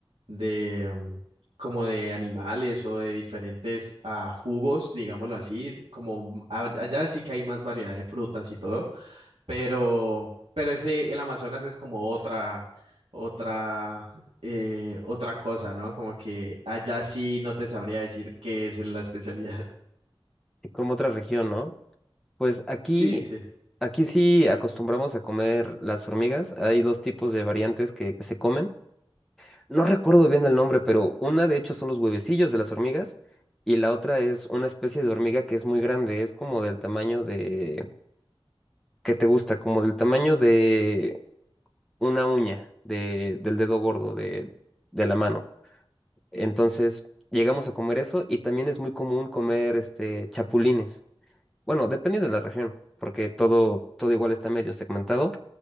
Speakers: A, on the right (about 85°); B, in the centre.
A: de mm, como de animales o de diferentes ah, jugos, digámoslo así, como mm, a- allá sí que hay más variedad de frutas y todo pero, pero ese, el Amazonas es como otra, otra, eh, otra cosa, ¿no? Como que allá sí no te sabría decir qué es la especialidad. <laughs>
B: como otra región, ¿no? Pues aquí,
A: Sí, sí.
B: aquí sí acostumbramos a comer las hormigas. Hay dos tipos de variantes que, que se comen. No recuerdo bien el nombre, pero una de hecho son los huevecillos de las hormigas y la otra es una especie de hormiga que es muy grande, es como del tamaño de, ¿qué te gusta? Como del tamaño de una uña, de, del dedo gordo de, de la mano. Entonces llegamos a comer eso y también es muy común comer este, chapulines. Bueno, dependiendo de la región, porque todo, todo igual está medio segmentado,